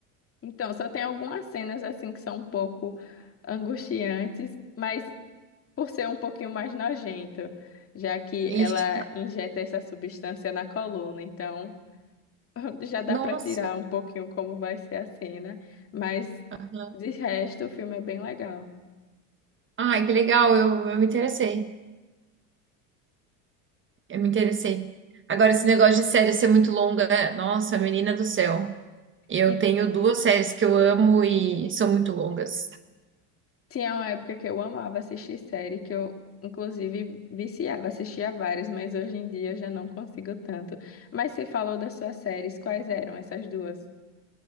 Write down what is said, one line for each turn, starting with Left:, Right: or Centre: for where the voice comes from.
Left: então, só tem algumas cenas assim que são um pouco angustiantes, mas por ser um pouquinho mais nojento, já que ela
Right: Ixi,
Left: injeta essa substância na coluna, então. <laughs> já dá
Right: nossa.
Left: para tirar um pouquinho como vai ser a cena, mas
Right: Aham.
Left: de resto o filme é bem legal.
Right: Ai, que legal, eu, eu me interessei. Eu me interessei. Agora, esse negócio de série ser muito longa, nossa, menina do céu. Eu
Left: E
Right: tenho duas séries que eu amo e são muito longas.
Left: tinha uma época que eu amava assistir série, que eu inclusive viciava, assistia várias, mas hoje em dia eu já não consigo tanto. Mas você falou das suas séries, quais eram essas duas?